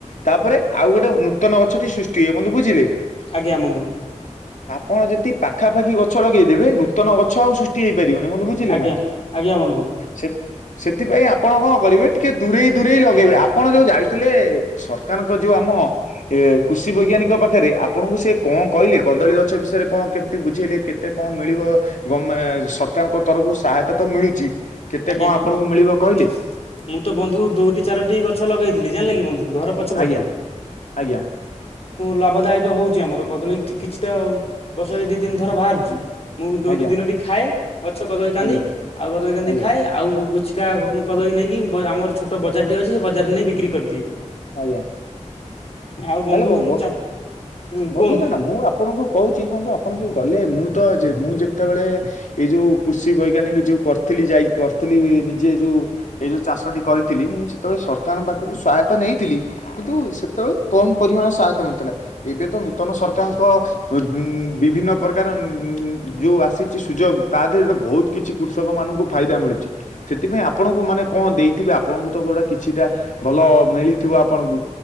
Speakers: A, on the left; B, on the left.
A: ତାପରେ ଆଉ ଗୋଟେ <unintelligible> ନୂତନ ଗଛ ସୃଷ୍ଟି ହୁଏ ବନ୍ଧୁ ବୁଝିଲେ
B: ଆଜ୍ଞା ବନ୍ଧୁ
A: <inaudible> ଆପଣ ଯଦି ପାଖାପାଖି ଗଛ ଲଗେଇଦେବେ, ନୂତନ ଗଛ ଆଉ ସୃଷ୍ଟି ହେଇପାରିବନି, ବନ୍ଧୁ ବୁଝିଲେ
B: ଆଜ୍ଞା
A: ନା
B: <unintelligible> ବନ୍ଧୁ
A: ସେ ସେଥିପାଇଁ ଆପଣ କଣ କରିବେ, ଟିକେ ଦୂରେଇ ଦୂରେଇ ଲଗେଇବେ, ଆପଣ ଯୋଉ ଯାଇଥିଲେ ସରକାରଙ୍କ ଯଉଁ ଆମ ଏ କୃଷି ବୈଜ୍ଞାନିକଙ୍କ ପାଖରେ ଆପଣଙ୍କୁ ସେ କଣ କହିଲେ, କଦଳୀ ଗଛ ବିଷୟରେ କଣ କେମିତି ବୁଝେଇଲେ କେ କେତେ କଣ ମିଳିବ ଗ ସରକାରଙ୍କ ତରଫରୁ ସହାୟତା ତ ମିଳୁଛି, କେତେ
B: ଆଜ୍ଞା।
A: କଣ ଆପଣଙ୍କୁ
B: ମୁଁ
A: ମିଳିବ କହିଲେ
B: ତ ବନ୍ଧୁ ଦୁଇଟି ଚାରୋଟି ଗଛ ଲଗେଇଥିଲି ଜାଣିଲ କିି ବନ୍ଧୁ ଘର ପଚ <unintelligible>
A: ଆଜ୍ଞା ଆଜ୍ଞା
B: ଲାଭଦାୟକ ହଉଛି ଆମର, କଦଳୀ କିଛିଟା ବର୍ଷରେ ଦି ତିନି ଥର ବାହାରୁଛି। ମୁଁ ଦୁଇଟି
A: ଆଜ୍ଞା
B: ତିନୋଟି ଖାଏ ଗଛ କଦଳୀ କାନ୍ଦି
A: ଆଜ୍ଞା
B: ଆଉ କଦଳୀ କାନ୍ଦି
A: ଆଜ୍ଞା
B: ଖାଏ ଆଉ କିଛିଟା ଉଁ କଦଳୀ ନେଇକି ଆମର ଛୋଟ ବଜାର ଟିଏ ଅଛି ସେ ବଜାରରେ ନେଇ ବିକ୍ରି କରିଦିଏ।
A: ଆଜ୍ଞା।
B: ଆଉ ବନ୍ଧୁ
A: ତାହେଲେ ବ ବ
B: ଚା ହୁଁ
A: ବନ୍ଧୁ
B: କୁହନ୍ତୁ
A: ନା ନା ମୁଁ ଆପଣଙ୍କୁ କହୁଛି ବନ୍ଧୁ ଆପଣ ଯୋଉ ଗଲେ ମୁଁ ତ ଯେ ମୁଁ ଯେତେବେଳେ ଏଇ ଯୋଉ କୃଷି ବୈଜ୍ଞାନିକ ଯୋଉ କରିଥିଲି ଯାଇ କରିଥିଲି ନିଜେ ଯୋଉ ଏଇ ଯୋଉ ଚାଷଟି କରିଥିଲି ମୁଁ ସେତେବେଳେ ସରକାରଙ୍କ ପାଖରୁ ସହାୟତା ନେଇଥିଲି କିନ୍ତୁ ସେତେବେଳେ କମ ପରିମାଣରେ ସହାୟତା ମିଳିଥିଲା ଏବେ ତ ନୂତନ ସରକାରଙ୍କ ଉମ ବିଭିନ୍ନ ପ୍ରକାର ଉମ ଯୋଉ ଆସିଛି ସୁଯୋଗ ତା ଦେହରେ ବହୁତ କିଛି କୃଷକ ମାନଙ୍କୁ ଫାଇଦା ମିଳୁଛି ସେଥିପାଇଁ ଆପଣ ଆ ମାନେ କଣ ଦେଇଥିବେ ଆପଣଙ୍କୁ ତ ଗୋଟେ କିଛିଟା ଭଲ ମିଳିଥିବ ଆପଣଙ୍କୁ